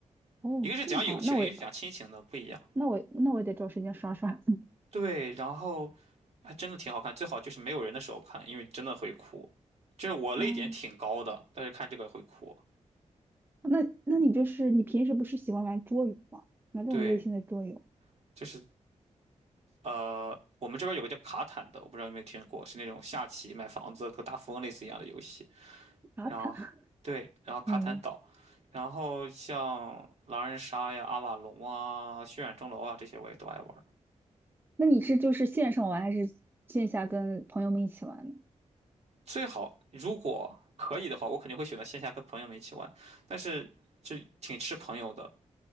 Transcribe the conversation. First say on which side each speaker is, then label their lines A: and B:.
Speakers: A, on the right (about 15°); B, on the right (about 55°).
A: 哦，
B: 一个是讲友情，
A: 这么好，那我
B: 一个是讲亲情的，不一样。
A: 那我那我得找时间刷刷。<laughs>
B: 对，然后还真的挺好看，最好就是没有人的时候看，因为真的会哭。就是我泪点挺高的，
A: 哦，
B: 但是看这个会哭。
A: 那那你就是你平时不是喜欢玩桌游吗？玩这种类型的桌游？
B: 对，就是呃，我们这边有个叫卡坦的，我不知道有没有听过，是那种下棋、买房子跟大富翁类似一样的游戏。
A: 啊，
B: 然后对，
A: 坦，<laughs>
B: 然后卡坦岛，
A: 好的，
B: 然后像狼人杀呀、阿瓦隆啊、血染钟楼啊这些我也都爱玩儿。
A: 那你是就是线上玩还是线下跟朋友们一起玩呢？
B: 最好如果可以的话，我肯定会选择线下跟朋友们一起玩，但是就挺吃朋友的，